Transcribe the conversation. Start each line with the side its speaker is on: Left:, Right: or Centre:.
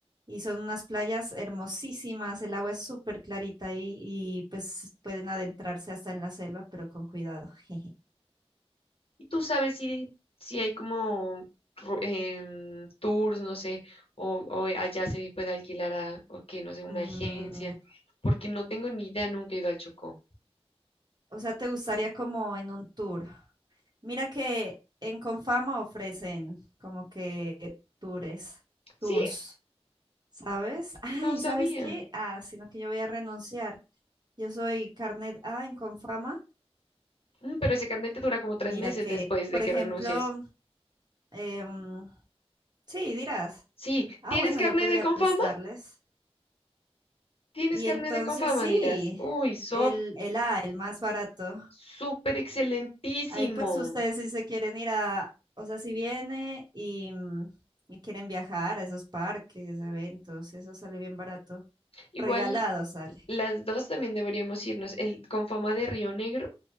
Right: Y son unas playas hermosísimas, el agua es súper clarita y, y pues pueden adentrarse hasta en la selva, pero con cuidado. <laughs> jeje.
Left: y tú sabes si, si hay como ru- em, tours, no sé, o, o eh, allá se puede alquilar a, o que, no sé, una
Right: Mm,
Left: agencia, porque no tengo ni idea, nunca he ido al Chocó.
Right: o sea, te gustaría como en un tour. Mira que en Confama ofrecen como que tours,
Left: Sí,
Right: tours, ¿sabes? <laughs> Ah,
Left: no
Right: ¿y
Left: sabía.
Right: sabes qué? Ah, sino que yo voy a renunciar. Yo soy carnet A en Confama.
Left: Mm, pero ese carnet te dura como
Right: Mira
Left: tres meses
Right: que,
Left: después
Right: por
Left: de
Right: ejemplo,
Left: que renuncies.
Right: em, sí, dirás,
Left: Sí,
Right: ah,
Left: ¿tienes
Right: bueno,
Left: carnet
Right: yo podría
Left: de Confama?
Right: prestarles.
Left: ¿Tienes
Right: Y
Left: carnet
Right: entonces
Left: de Confama?
Right: sí,
Left: Dirás. Uy, Sof,
Right: el, el A, el más barato.
Left: súper excelentísimo.
Right: Ahí pues ustedes si se quieren ir a, o sea, si viene y, mm, y quieren viajar a esos parques, eventos, eso sale bien barato.
Left: Igual
Right: Regalado sale,
Left: las dos también deberíamos irnos. El con fama de Río Negro,